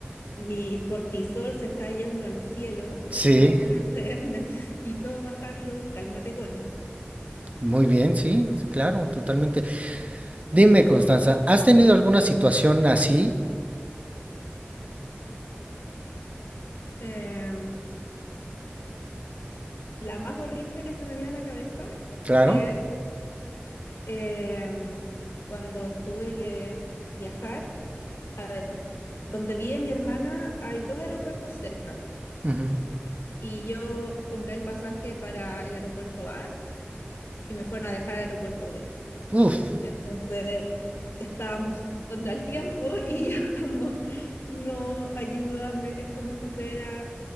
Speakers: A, on the left; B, on the right.
A: mi cortisol se está yendo al cielo,
B: Sí,
A: no puede <laughs> ser, necesito bajarlo, cálmate, Connie.
B: muy bien, sí, claro, totalmente. Dime, Constanza, ¿has tenido alguna situación así?
A: Em, la más horrible que se me viene a la cabeza
B: Claro.
A: es em, cuando tuve que viajar, a ver, donde vive mi hermana hay dos aeropuertos cerca
B: Ujú.
A: y yo compré el pasaje para el aeropuerto A y me fueron a dejar al aeropuerto B.
B: Uf,
A: Entonces estábamos contra el tiempo y <laughs> yo como, no, ayúdame, esto me supera